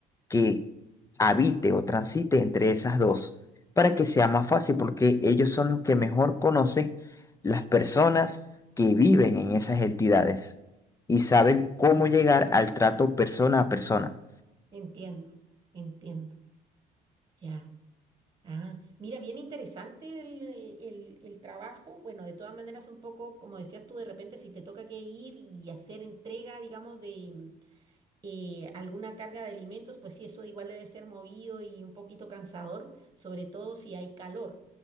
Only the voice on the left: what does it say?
que habite o transite entre esas dos para que sea más fácil, porque ellos son los que mejor conocen las personas que viven en esas entidades y saben cómo
llegar al trato persona a persona.